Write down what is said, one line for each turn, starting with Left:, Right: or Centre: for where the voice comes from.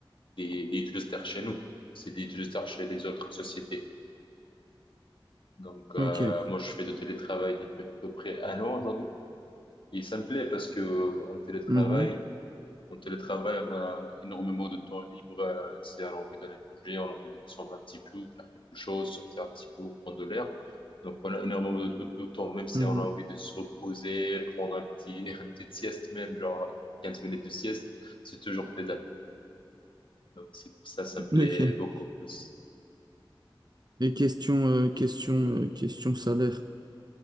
Left: des, des utilisateurs chez nous. C'est des utilisateurs chez les autres sociétés. Donc, euh,
Right: OK.
Left: moi, je fais de télétravail depuis à peu près un an aujourd'hui. Et ça me plaît parce que euh, en télétravail,
Right: Mhm,
Left: On télétravaille, on a énormément de temps libre. euh, si on a envie d'aller manger, on a envie de descendre un petit peu, ou faire quelque chose, sortir un petit peu, prendre de l'air. Donc, on a énormément de, de- de temps, même si
Right: mhm.
Left: on a envie de se reposer, prendre un petit, <laughs> une petite sieste, même genre 15 minutes de sieste, c'est toujours faisable. Donc, c'est pour ça, ça me plaît
Right: OK.
Left: beaucoup plus.
Right: Et question, euh, question, euh, question salaire.